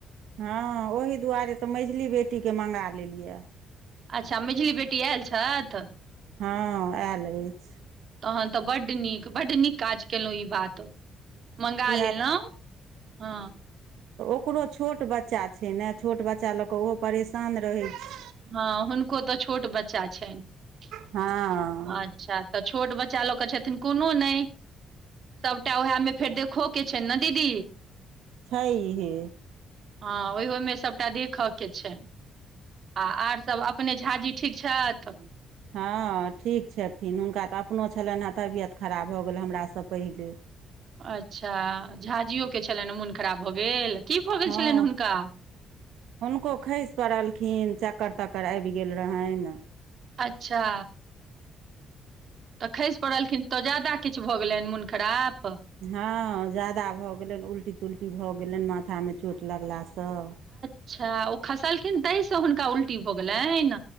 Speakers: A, on the right; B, on the right.
A: हां ओही दुआरे तऽ मैझली बेटीकेँ मंगा लेलियै
B: अच्छा मैझली बेटी एयल छथि।
A: हां एयल अछि
B: तहन तऽ बड नीक बड नीक काज केलहुँ ई बात मँगा
A: किया
B: लेलौ हां
A: ओकरो छोट बच्चा छै। न छोट बच्चा लऽ कऽ उहो परेशान रहै छै।
B: हां हुनको तऽ छोट बच्चा छनि।
A: हँ
B: अच्छा तऽ छोट बच्चा लऽ क छथिन कोनो नहि सभटा उएहमे फेर देखो के छै। न दीदी
A: छै हे
B: हां ओहोमे सभटा देखव के छैय आ आर सभ अपने झाा जी ठीक छऽथ।
A: हां, ठीक छथिन हुनका तऽ अपनो छलैन हेँ तबियत खराब भऽ गेल हमरासँ पहिले
B: अच्छा झाँझियो के छलैन मोन खराब भऽ गेल की भऽ गेल
A: हां
B: छलनि हुनका
A: हुनको खैस पड़लखिन च कत तक्कर आबि गेल रहनि
B: अच्छा तऽ खैसि पड़लखिन तऽ ज्यादा किछु भऽ गेलैन मोन खराब
A: हां, ज्यादा भऽ गेलैन उल्टी तुलटी भऽ गेलैन माथा मे चोट लगलासँ हँ
B: अच्छा ओ खसलखिन तहि सँ हुनका उल्टी भऽ गेलैन